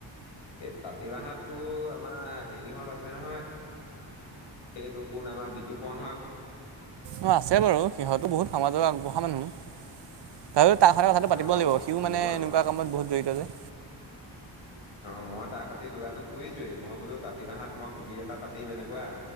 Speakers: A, on the left; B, on the right.
A: এই তাঁতিবাঁহাৰত তো আমাৰ হেৰিহঁত আছে নহয় এইটো কোন আমাৰ বিতুপন হঁত।
B: অ', আছে বাৰু। সিহঁতো বহুত সমাজৰ আগবঢ়া মানুহ। তথাপিও তাৰ স'তে কথাটো পাতিব
A: অ',
B: লাগিব সিওঁ
A: মই
B: মানে এনেকুৱা কামত বহুত জড়িত যে।
A: অ', মই তাৰ স'তি যোগাযোগ কৰিছোঁৱে মই বোলোঁ তাঁতিবাঁহাৰত মই শিবিৰ এটা পাতিম এনেকুৱা।